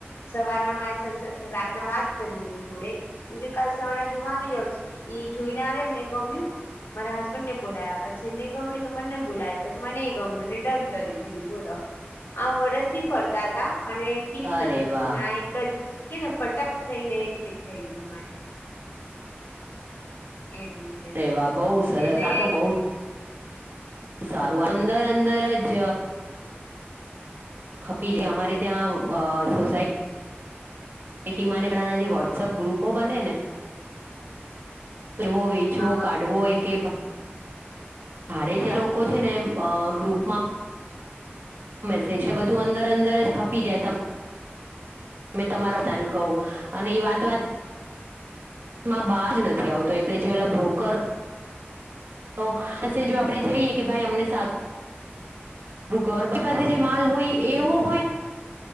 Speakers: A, on the left; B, on the right.
A: સવારના મારે રાતના વાત કરી એમની જોડે કેમકે કાલ સવારના જોવા આવી જાવ. ઈ જોઈને આવે એમને ગમ્યું. મારા હસબન્ડ ને બોલાવ્યા પછી એમને ગમ્યું એટલે મને બોલાવ પછી મને ગમ્યું ને ડન કરી દીધું બોલો.
B: <inaudible>
A: આમ વરસથી ફરતા હતા અને ક્લિક
B: અરે
A: નતું થતુંને
B: વાહ
A: આ એક જ. કે ને ફટક થઈ ને ક્લિક થઈ ગયો અમારે. એવી રીતે
B: અરે વાહ બહુ સરસ
A: એટલે.
B: આ તો બહુ સારું અંદર અંદર જ. ખપી જે અમારે ત્યાં સોસાયટી. એ ટીમાંને જે વોટ્સપ ગ્રુપો બને ને. એવો વેચવો
A: હા હા.
B: કાઢવો એ કે. ભાડે ચાર લોકો છે ને ગ્રુપમાં. મેસેજ બધું અંદર અંદર જ ખપી જાય ત. તમે તમારો પ્લાન કહું અને એ વાત વાત. માં બાજ નથી આવતો એટલે જે ઓલા બ્રોકર. તો જો આપણે જઈએ કે ભાઈ અમને સાારું. ગરું ગરબી પાસે જે માલ હોય એવો હોય.